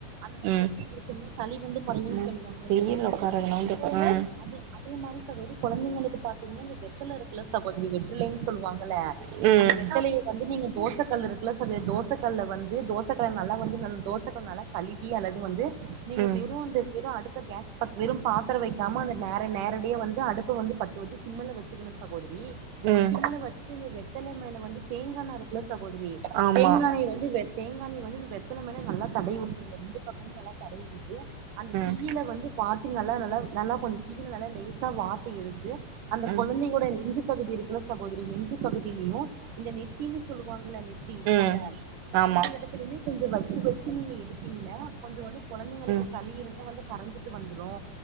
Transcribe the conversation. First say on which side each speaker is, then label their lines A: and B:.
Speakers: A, on the right; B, on the right.
A: அந்த மாரி
B: ம்
A: வச்சி புடிச்சோம்னா சளி வந்து கொறய்ன்
B: நா
A: சொல்லுவாங்ல்கு
B: வெயில்ல
A: சகோதரி
B: உக்காரதுனா வந்து
A: அதே
B: பாத்தா
A: மாரி அத அதே மாரி சகோதரி கொழந்தைகளுக்கு பாத்ங் இந்த பெட் இதுல இருக்குல சகோரி நீ வெற்றிலைனு சொல்லுவாங்கள
B: ம்
A: அந்த வெத்தலய வந்து நீங்க தோசக் கல் இருக்குல சரி தோசக்கல்ல வந்து தோசக்கல நல்லா வந்து நல் தோசக்கல நல்ல கழுவி அல்லது வந்து நீங்க
B: ம்
A: வெறு அந்த வெறு அடுப் த்த கேஸ் பத் வெரு பாத்தர வைக்காம அந்த நேர நேரடிய வந்து அடுப்பு வந்து பத்த வச்சி சிம்ல வச் திக்னஸா போது ஈ
B: ம்
A: சிம்ல வச்சின் வெர் த்தலமயில வந்து தேங்கானா இருக்குல சகோதரி
B: ஆமா
A: தேங்கானை வந்து வே தேங்கானை இபவந்து இந்த வெத்தல மேல நல்லா தடவி வுட்ர்ங்கந்து பக்கமு நல்லா தடவிவுட்டு அந்த
B: ம்
A: தீயில வந்து வாட் நல்லா நல்லா நல்லா கொஞ்ச தீயீல நெய்ஸ்ஸா வாட்டி எடுத்து
B: ம்
A: கொழந்தகோட நெஞ்சிப் ப் பகுதி இருக்குல சகோதரி நெஞ்சி பகுதிலயு இந்த நெத்தினு சொல்லுவாங்கள நெத் தீ
B: ம்
A: தல
B: ஆமா
A: அந்த எடத்துலயுமே கொஞ்சோ வச்சி வச்சி நீங்க எடுபீங்ள கொஞ்சோ வந்து கொழந்தைங்களுக்கு
B: ம்
A: சளி இருந்த வந்து கரஞ்சிட்டு வந்துரு